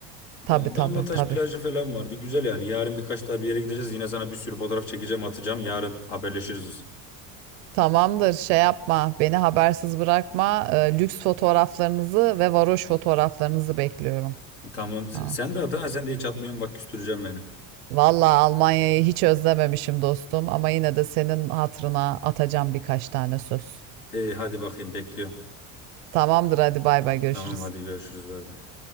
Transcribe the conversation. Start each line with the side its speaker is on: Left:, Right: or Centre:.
Left: Ona
Right: Tabii tabii
Left: Damlataş
Right: tabii.
Left: plajı falan vardı güzel yani. Yarın birkaç daha bir yere gideceğiz yine sana bir sürü fotoğraf çekeceğim atacağım yarın haberleşiriz.
Right: Tamamdır şey yapma beni habersiz bırakma. Ee, lüks fotoğraflarınızı ve varoş fotoğraflarınızı bekliyorum.
Left: Tamam sen
Right: Ha.
Left: de at ha sen de hiç atmıyorsun bak küstüreceğim beni.
Right: Vallahi Almanya'yı hiç özlememişim dostum ama yine de senin hatırına atacağım birkaç tane söz.
Left: E, hadi bakayım bekliyorum.
Right: Tamamdır hadi bay bay görüşürüz.
Left: Tamam hadi görüşürüz bay bay.